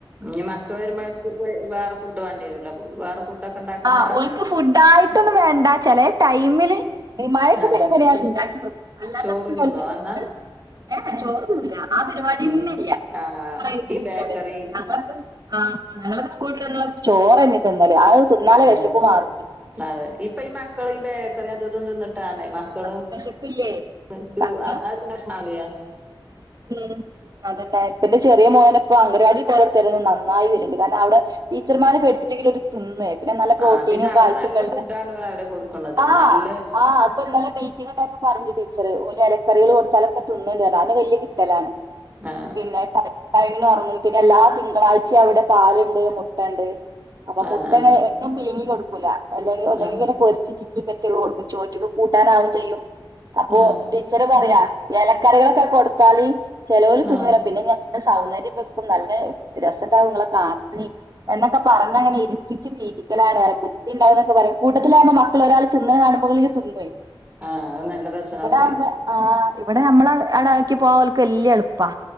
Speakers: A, on the right (about 15°); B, on the right (about 45°).
A: ഇനി മക്ക വരുമ്പോഴക്ക് വേറെ ഫുഡ് വേണ്ടി വരുല്ലോ അപ്പൊ വേറെ ഫുഡൊക്കെ ഇണ്ടാക്ക്ണ
B: ആഹ്
A: ആളാ?
B: ഓല്ക്ക് ഫുഡ് ആയിയിട്ടൊന്നും വേണ്ട ചെലേ ടൈമില് ഈ മഴൊക്കെ
A: ആഹ്
B: പെയ്യുമ്പം ഞാൻ
A: ചോ
B: ഇണ്ടാക്കി വെക്കും അല്ലാത്തപ്പൊ
A: ചോറ്
B: പിന്നെ
A: തിന്നോ
B: ഓല്ക്ക്
A: വന്നാ?
B: ഏഹ് ഏഹ് ചോറൊന്നുംല്ല ആ പരിപാടിന്നെ
A: ഉം
B: ഇല്ല
A: ആഹ്
B: ഞങ്ങളൊക്കെ
A: ഈ ബേക്കറി
B: പറയും <unintelligible> ഞങ്ങളൊക്കെ ആഹ് ഞങ്ങളൊക്കെ സ്കൂള്ട്ട് വന്നാ ചോറ്ന്നെ തിന്നല് അത്‌ തിന്നാലെ
A: അതെ
B: വിശപ്പ്
A: അതെ
B: മാറൊ
A: അതെ ഇപ്പ ഈ മക്കള് ഈ ബേക്കറി അതും ഇതും തിന്നിട്ട് മക്കളും
B: ആഹ് വെശപ്പില്ലേ
A: <unintelligible>
B: കാരണം ഉം അതന്നെ ഇപ്പന്റെ ചെറിയ മോൻ ഇപ്പോ അംഗനവാടി പോയൊരുത്തൊരു നന്നായി വര്ണ്ട് കാരണം അവിടെ ടീച്ചർമാരെ പേടിച്ചിട്ടെങ്കിലും ഓര് തിന്നെ പിന്നെ നല്ല പ്രോട്ടീനും
A: ആ പിന്നെ അവിടെ
B: കാൽസ്യക്കൊള്ളെ
A: നല്ല ഫുഡാണ് അവര് കൊടുക്കണത്
B: ആഹ്
A: നല്ല
B: ആഹ് ഇപ്പിന്നലെ മീറ്റിങ്ങ് ഇണ്ടായപ്പം പറയ്ണ്ട് ടീച്ചർ ഓല് ഇലക്കറികള് കൊടുത്താലൊക്കെ തിന്ന്ണ്ടറിഞ്ഞ് അത് തന്നെ വല്യ കിട്ടലാണ്
A: ആ
B: പിന്നെ ടൈംന് ഉറങ്ങും പിന്നെ എല്ലാ തിങ്കളാഴ്ചയും അവിടെ പാലുണ്ട് മുട്ട ഉണ്ട് അപ്പൊ
A: ആ
B: മുട്ടങ്ങനെ
A: ആ
B: എപ്പം പിഴിങ്ങി കൊടുക്കൂല അല്ലെങ്കി ഒന്നിങ്ങനെ
A: ആ
B: പൊരിച്ച് ച്ചി ഒറ്റക്ക് കൊടുക്കും ചോറ്റിക്ക് കൂട്ടാനാവും ചെയ്യും അപ്പോ
A: ആ
B: ച്ചർ പറയാ ഇലക്കറികളൊക്കെ കൊടുത്താല് ചെലോൽ തിന്നൂല
A: ആ
B: പിന്നെ ഞാൻ സൗന്ദര്യം വെക്കും നല്ല രസണ്ടാവും ഇങ്ങളെ കാണാന് എന്നൊക്കെ പറഞ്ഞങ്ങനെ ഇ കുത്തിച്ച് തീറ്റിക്കലാനാണ് ബുദ്ധി ഇണ്ടാവുന്നൊക്കെ പറയും കൂട്ടത്തിലറ്ഞ്ഞാ മക്കൾ ഒരാൾ തിന്ന്ണ കാണ് മ്പോ ഇങ്ങനെ തിന്നുവേ
A: ആഹ് അത് നല്ല രസാവു
B: ഇവിടെ ആകുമ്പോ ആ ഇവിടെ നമ്മളെ അടെ ആക്കി പോവാ ഓല്ക്ക് വല്യ എളുപ്പാ